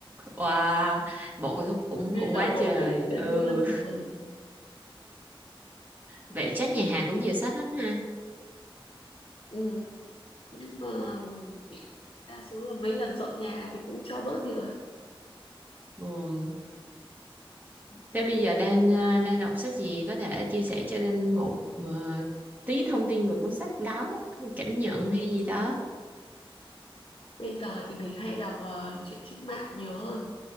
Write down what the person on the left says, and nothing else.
<laughs>
còn nguyên
cả
bộ
bảy quyển
luôn. Ừ.
Ừ. Nhưng mà đa số là mấy lần dọn nhà thì cũng cho bớt đi rồi.
Bây giờ thì mình hay đọc ờ, truyện trích mạng nhiều hơn.